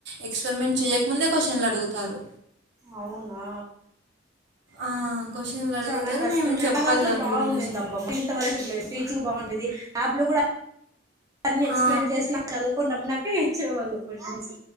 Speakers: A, on the right; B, on the right.
A: ఎక్స్పెరిమెంట్ చేయకముందే కొషన్లడుగుతారు.
B: అవునా
A: ఆ! క్వెషన్‌లడుగుతారు.
B: చాన కష్టమే
A: మేము చెప్పాలి
B: మా దాంట్లో
A: దాని
B: బాగున్నిందబ్బ
A: గురించి.
B: ఇంత వరకు అట్ల లేదు పీచు బాన్ ది యాప్ లో కూడా అన్నీ ఎక్స్ప్లెయిన్
A: ఆ!
B: చేసినా చదువుకోని రమ్మనాకే ఇచ్చేవాళ్ళు క్వషన్స్